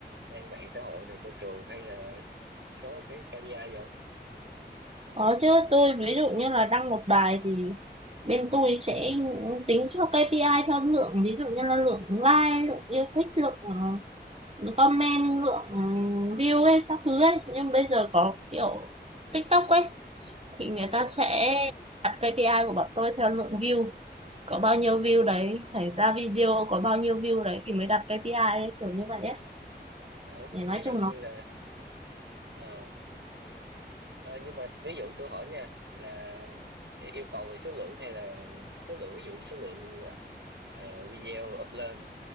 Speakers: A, on the right; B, on the right.
A: trang mạng xã hội này cho trường hay là có cái KPI gì không
B: Có chứ, tôi ví dụ như là đăng một bài thì bên tôi sẽ tính theo KPI theo lượng, ví dụ như là lượng like, lượng yêu thích, lượng ừ, comment, lượng ừ, view ấy, các thứ ấy. Nhưng bây giờ có kiểu TikTok ấy, thì người
A: à
B: ta sẽ đặt KPI của bọn tôi theo lượng view. Có bao nhiêu view đấy, phải ra video có bao nhiêu view đấy thì mới đặt KPI ấy, kiểu như vậy ấy.
A: ủa
B: Để nói
A: ví dụ
B: chung
A: như
B: nó
A: là ờ, Ờ, nhưng mà ví dụ tôi hỏi nha là yêu cầu về số lượng hay là số lượng ví dụ như số lượng ờ, video up lên